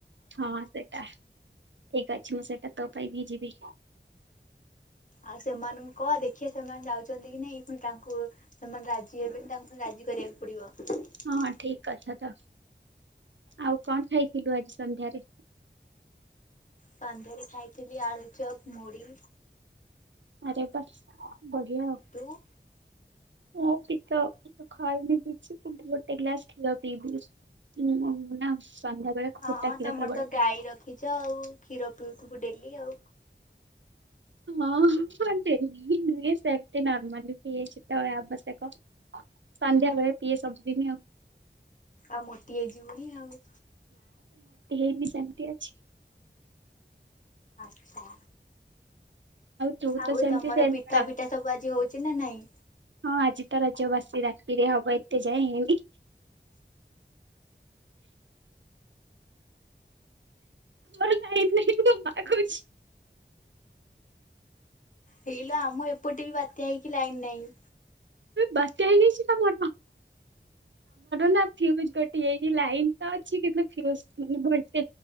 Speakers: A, on the right; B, on the left.
A: ହଁ ସେଟା ଠିକ ଅଛି ମୁଁ ସେଟା। ତୋ ପାଇଁ ନେଇ ଯିବି କି?
B: ଆଉ ସେମାନଙ୍କୁ କ ଦେଖିେଵେ ସେମାନେ ଯାଉଛନ୍ତି କି ନାଇ ପୁଣି ତାଙ୍କୁ ସେମାନେ ରାଜି ହେବେନି ତାଙ୍କୁ ପୁଣି ରାଜି କରିବାକୁ ପଡିବ।
A: ହଁ ଠିକ କଥା ତ ଆଉ କଣ ଖାଇଥିଲୁ ଆଜି ସନ୍ଧ୍ୟାରେ
B: ସନ୍ଧ୍ୟାରେ ଖାଇଥିଲି ଆଳୁ ଚପ୍ ମୁଡ଼ି
A: ଆରେ ବା ବଢିଆ ଉ
B: ତୁ?
A: ମୁଁ ବି ତ ଖାଇନି କିଛି ଗୋଟେ ଗ୍ଲାସ କ୍ଷୀର ପିଇବି ନା। ସନ୍ଧ୍ୟା ବେଳେ
B: ହଁଁ
A: ଫୁଟା କ୍ଷୀର
B: ତମର
A: କେବଳ
B: ତ
A: ପିଏ।
B: ଗାଈ ରଖିଛ ଆଉ କ୍ଷୀର ପିଉଥିବୁ ଡେଲି ଆଉ।
A: ହଁ ହଁ ନୁହେଁ ସେମତି ନର୍ମାଲି ପିଏ ଯେତେବେଳେ ଆବଶ୍ୟକ ସନ୍ଧ୍ୟାବେେଳେ ପିଏ ସବୁଦିନି ଆଉ।
B: ଆଉ ମୋଟି ହେଇଯିବୁଣି ଆଉ।
A: ହେଇ ବନୀ ସେମିତି ଅଛି।
B: ହଁ
A: ତୁ
B: ଆଉ
A: ତ ସେମିତି
B: ତମର
A: ସେମତି
B: ପିଠା ପିଠା ସବୁ ଆଜି ହଉଛି। ଛି ନା ନାଇଁ
A: ହଁ ଆଜି ତ ରାଜ୍ୟବାସୀ ରାତିରେ ହବ ଏତେ ଯାଏି <inaudible> ଆର ନାାଇାଇ ମା କୁଛି
B: ହେଇଲ ଆମ ଏପଟେ ବି ବାତ୍ୟା ହେଇକି ଲାଇନ ନାହିଁ।
A: ବାତ୍ୟା ହେଇଯାଇଛି ଆମର ନା ଫଜ ଗୋେ ହେଇ ଲାଇ ତ ଅଛି କିନ୍ତ